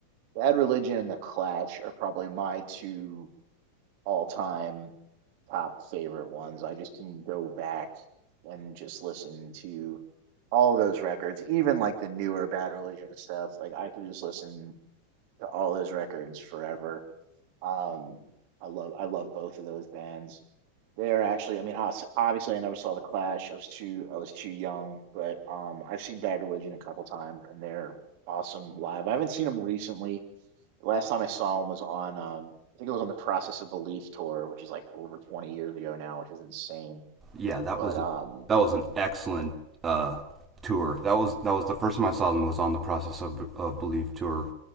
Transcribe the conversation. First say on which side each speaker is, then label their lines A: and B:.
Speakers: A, on the right (about 45°); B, on the right (about 20°).
A: Bad Religion and The Clash are probably my two all time top favorite ones. I just can go back and just listen to all those records, even like the newer Bad Religion stuff. Like I could just listen to all those records forever. Um, I love I love both of those bands. They're actually, I mean, obs- obviously, I never saw The Clash. I was too I was too young, but um, I've seen Bad Religion a couple times, and they're awesome live. I haven't seen them recently Last time I saw him was on, um, I think it was on the Process of Belief tour, which is like over 20 years ago now, which is insane.
B: Yeah, that
A: But
B: was
A: um,
B: that was an excellent uh, tour. That was that was the first time I saw them was on the Process of, of Belief tour,